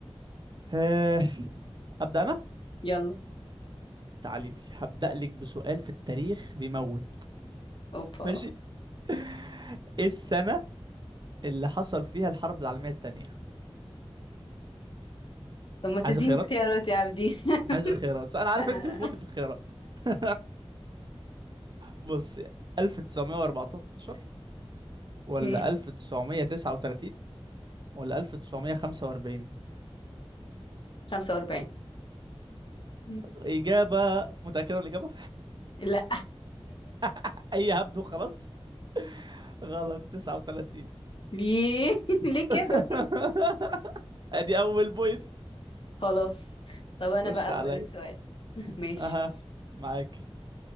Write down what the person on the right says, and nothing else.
آه، <laughs> ابدا انا
تعالي لي هبدأ لك بسؤال في التاريخ بيموت
ماشي <laughs> ايه السنة اللي حصل فيها الحرب العالمية التانية
عايز خيارات
عايز الخيارات انا عارف
انت بتموتي في الخيارات <laughs> بصي 1914 ولا
1939 ولا 1945
إجابة متأكدة من الإجابة
<laughs> أي هبد وخلاص غلط 39
<laughs>
أدي أول بوينت
خش
عليا
أها معاك